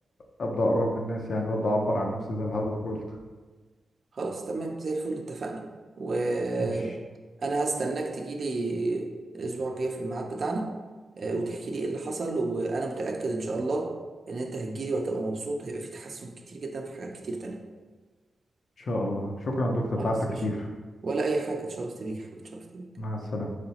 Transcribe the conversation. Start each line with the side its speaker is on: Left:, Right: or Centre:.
Left: أبدأ أقرب من الناس يعني وأبدأ أعبر عن نفسي زي ما حضرتك قلت
Right: خلاص تمام زي الفل اتفقنا وانا
Left: مش
Right: هستناك تجيلي الاسبوع الجاي في الميعاد بتاعنا آه، وتحكي لي ايه اللي حصل وانا متأكد ان شاء الله ان انت هتجيلي وهتبقى مبسوط هيبقى في تحسن كتير جدا في حاجات كتير تانية
Left: إن شاء الله شكرا يا دكتور
Right: خلاص
Left: تعبتك
Right: ماشي
Left: كتير
Right: ولا أي حاجة اتشرفت بيك يا حبيبي اتشرفت بيك
Left: مع السلامة